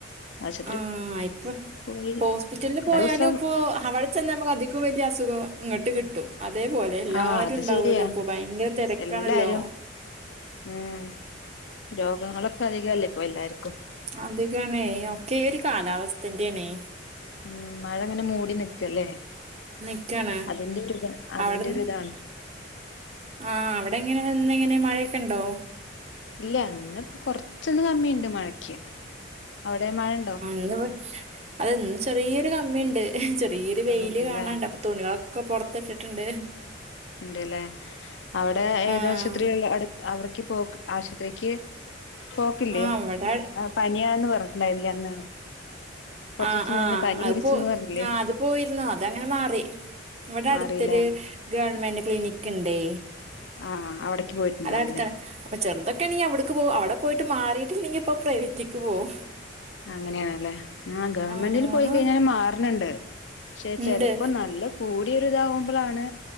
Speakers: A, on the left; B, on the right.
A: ആശുപത്രി
B: ആഹ് ഇപ്പൊ
A: പോയി
B: ഹോസ്പിറ്റൽല് പോയാലുപ്പോ
A: ദിവസം
B: അവടെ ചെന്നമ്മക്കദിക്കും വല്യസുഖം ഇങ്ങട്ട് കിട്ടും അതേപോലെ എല്ലാരുണ്ടാവല്ലോപ്പൊ
A: ആഹ് അത് ശരിയാ
B: ഭയങ്കര തെരക്കാണല്ലോ
A: എല്ലാരും ഉം രോഗങ്ങളൊക്കെ അധികല്ലേ ഇപ്പൊ എല്ലാര്ക്കും
B: അധികാണേ ഒക്കെ ഈ ഒരു കാലാവസ്ഥൻ്റേണേ
A: ഉം മഴങ്ങനെ മൂടി നിക്കല്ലേ.
B: നിക്കാണ്
A: അതിന്റെ ഒരു ഇത് അതിന്റെ
B: അവിടെ
A: ഒരുതാണ്
B: ആ ആഹ് അവിടെങ്ങനെ ഇന്നെങ്ങനെ മഴക്കെണ്ടോ
A: ഇല്ല, ഇന്ന്പ്പ കൊർച്ചൊന്ന് കമ്മിയുണ്ട് മഴക്ക്, അവിടെയോ മഴ ണ്ടോ
B: ഇന്ന്ബടെ അതെ ഇന്ന് ചെറിയൊരു കമ്മിണ്ട്. ചെറിയൊരു
A: കമ്മിയുണ്ട്ല്ലേ
B: വെയില് കാണാണ്ട്, അപ്പ- തുണികളൊക്കെ പൊർത്തിട്ട്ട്ട്ണ്ട്
A: ഇണ്ട്ല്ലേ, അവടെ ഏതാശുപത്രിയള്ളെ
B: ആഹ്
A: അടു അവട്ക്ക് പോക്ക് ആശ്പത്രീക്ക് പോക്കില്ലേ,
B: ആ അവിടെ
A: ആ പനിയാന്ന് പറഞ്ഞിണ്ടായില്ലെ അന്ന് കൊറച്ച്
B: ആഹ്
A: ദിവസം
B: ആഹ്
A: മുന്നേ പനി
B: അത്
A: പിടിച്ചുന്ന്
B: പോ
A: പറഞ്ഞില്ലേ
B: ആ അത് പോയിരുന്നു, അതങ്ങനെ മാറി വടട്ത്തൊര്
A: മാറില്ലേ
B: ഗവൺമെന്റ് ക്ലിനിക്ക്ണ്ടേ
A: ആഹ് അവിടേക്ക് പോയിട്ടുണ്ടാവൂല്ലേ
B: അതട്ത്താണ് അപ്പ ചെറുതൊക്കേണെങ്കി അവിട്ക്ക് പോവും. അവടെ പോയിട്ട് മാറിയിട്ടില്ലെങ്കിപ്പൊ പ്രൈവറ്റിക്ക് പോവും
A: അങ്ങനെയാണ്ല്ലേ ആ ഗവണ്മെന്റില്
B: ആഹ്
A: പോയിക്കഴിഞ്ഞാലും മാർണ് ണ്ട് പക്ഷെ
B: ഇണ്ട്
A: ചെലപ്പം നല്ല കൂടിയരിതാവുമ്പളാണ്